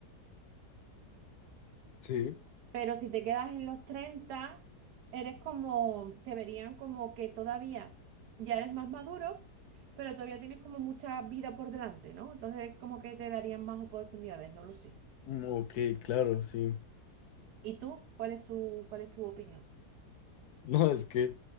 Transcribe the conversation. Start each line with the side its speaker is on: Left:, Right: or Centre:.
Left: Sí,
Right: Pero si te quedas en los 30 eres como, te verían como que todavía ya eres más maduro, pero todavía tienes como mucha vida por delante, ¿no? Entonces como que te darían más oportunidades, no lo sé.
Left: mm, ok, claro, sí.
Right: ¿Y tú? ¿Cuál es tu, cuál es tu opinión?
Left: No, es que,